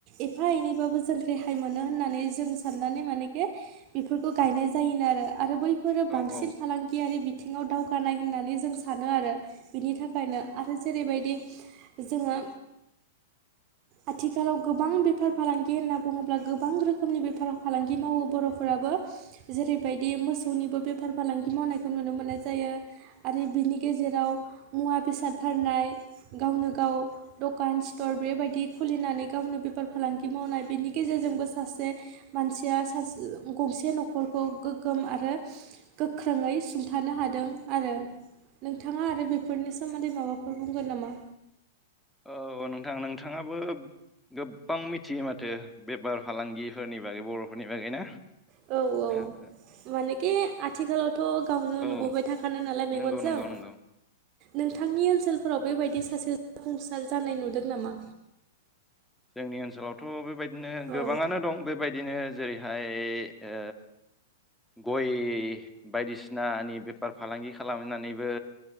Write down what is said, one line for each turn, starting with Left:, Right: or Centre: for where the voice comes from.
Right: एफा एनै बाबो जों रेहाय मोनो होननानै जों साननानै मानेे बेफोरखौ गायनाय जायोनो आरो, आरो बै फोर
Centre: औ
Right: बांसिन
Centre: औ
Right: फालांगियारि बिथिङाव दावगानाय होननानै जों सानो आरो बिनि थाखायनो आरो जेरैबायदि जोङो
Centre: <inaudible>
Right: आथिखालाव गोबां बेफोर फालांगि होनना बुङोब्ला गोबां रोखोमनि बेफार फालांगि मावो बर'फोराबो जेरैबायदि मोसौनिबो बेफार फालांगि मावनायखौ नुनो मोननाय जायो आरो बिनि गेजेराव मुवा बेसाद फान्नाय, गावनो गाव दखान सिथर बेबायदि खुलिनानै गावनो बेफार फालांगि मावनाय, बेनि गेजेरजोंबो सासे मानसिया सासे गंसे न'खरखौ गोग्गोम आरो गोख्रोङै सुंथानो हादों आरो। नोंथाङा आरो बेफोरनि सोमोन्दै माबाफोर बुंगोन नामा?
Centre: औ नोंथां नोंथाङाबो गोबां मिथियो माथो बेफार फालांगिफोरनि बागै बर'फोरनि बागै ना? <inaudible>
Right: औ औ मानेखि आथिखालावथ' गावनो
Centre: औ
Right: नुबोबाय थाखानाय नालाय मेगनजों।
Centre: नंगौ नंगौ नंगौ
Right: नोंथांनि ओनसोलफोराव बेबायदि सासे जाफुंसार जानाय नुदों नामा?
Centre: जोंनि ओनसोलावथ' बेबायदिनो
Right: औ
Centre: गोबाङानो दं बेबायदिनो जेरैहाय ओ गय बायदिसिनानि बेफार फालांगि खालामनानैबो